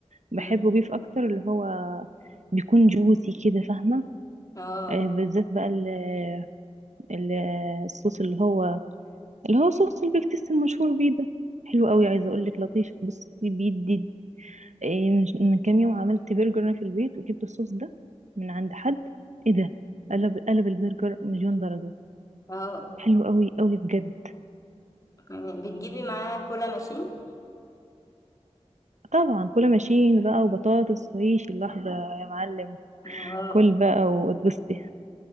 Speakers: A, on the left; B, on the right.
A: مم.
B: بحبه بيف اكتر اللي هو بيكون جوسي كده فاهمه
A: اه
B: آه، بالذات بقى ال- ال- الصوص اللي هو اللي هو صوص البيك تيست المشهور بيه ده حلو قوي عايزه اقول لك لطيف بصي بيدي إيه، من من كام يوم عملت برجر انا في البيت وجبت الصوص ده من عند حد ايه ده قلب قلب البرجر مليون درجه
A: اه
B: حلو قوي قوي بجد
A: يعني بتجيبي معاه كولا ماشين
B: طبعا كل ماشيين بقى وبطاطس وعيش اللحظه يا معلم
A: اه
B: كل بقى واتبسطي